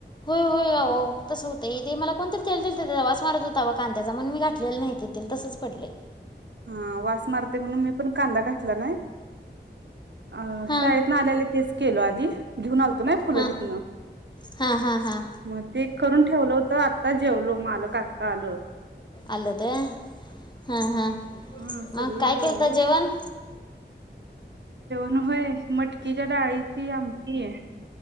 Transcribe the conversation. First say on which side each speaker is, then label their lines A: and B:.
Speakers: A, on the left; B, on the right.
A: होय अओ तसं होतं इथं ते मला कोणतरी तेल दिलत त्याचा वास मारत होता वा कांद्याचा म्हणून मी घातलेलं नाही ते तेल तसच पडलय.
B: हां वास मारतोय म्हणून मी पण कांदा घातला नाय. अ
A: हां
B: शाळेत ना आल्या, आल्या तेच केलो आधी. घेऊन आलतो नाही फुलं
A: हां
B: तिथनं,
A: हां हां हां
B: मग ते करून ठेवलं होत आत्ता जेवलो मालक आत्ता आलं.
A: आलत व्हयं? हं, हं.
B: हा
A: मग
B: सगळी
A: काय
B: जेवलो
A: केलता जेवण?
B: न् व्हय मटकीच्या डाळीची आमटी,